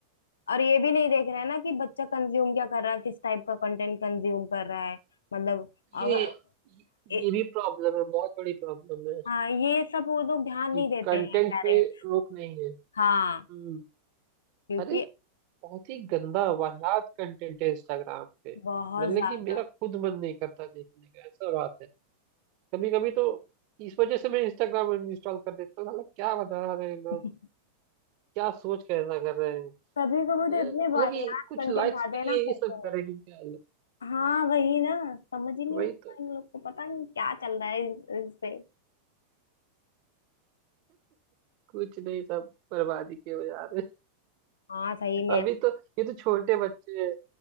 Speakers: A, on the left (about 70°); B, on the right (about 45°).
A: और ये भी नहीं देख रहे हैं ना कि बच्चा कंज्यूम क्या कर रहा है किस टाइप का कंटेंट कंज्यूम कर रहा है मतलब
B: ये
A: अगर
B: ये ये
A: ए,
B: ये भी प्रॉब्लम है बहुत बड़ी प्रॉब्लम है
A: हाँ ये सब वो लोग ध्यान
B: कि
A: नहीं देते
B: कंटेंट
A: हैं पेरेंट्स
B: पे रोक नहीं है
A: हाँ
B: हम्म
A: क्योंकि
B: अरे बहुत ही गंदा वाहियात कंटेंट है इंस्टाग्राम पे
A: बहुत
B: मतलब
A: ज्यादा
B: कि मेरा खुद मन नहीं करता देखने का ऐसा बात है कभी कभी तो इस वजह से मैं इंस्टाग्राम इंस्टॉल कर देता हूँ साला क्या बता रहे हैं लोग
A: <laughs>
B: क्या सोच कर ऐसा कर रहे हैं
A: कभी कभी
B: हैं?
A: तो इतने
B: मतलब
A: वाहियात
B: कि कुछ
A: कंटेंट
B: लाइक्स के
A: आते हैं ना
B: लिए
A: पूछो
B: ये सब करेंगे
A: मत
B: क्या लोग?
A: हाँ वही ना समझ ही नहीं
B: वही
A: आता
B: तो
A: इन लोग को पता नहीं क्या चल रहा है इस इस पे
B: कुछ नहीं सब बर्बादी के हो जा रहे
A: हाँ सही में
B: अभी तो ये तो छोटे बच्चे हैं